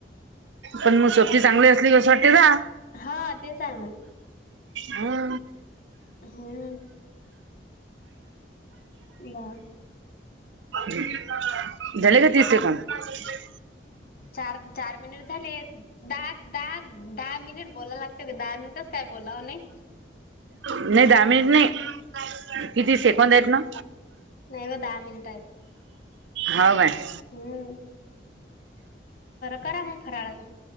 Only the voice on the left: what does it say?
हा तेच आहे मग.
हम्. ब
चार चार मिनिट झाले दहा दहा दहा मिनिट बोलाय लागत दहा मिनिटच काय बोलावं नाही.
नाही व दहा मिनट आहेत.
हम्म. करा मग फराळाच.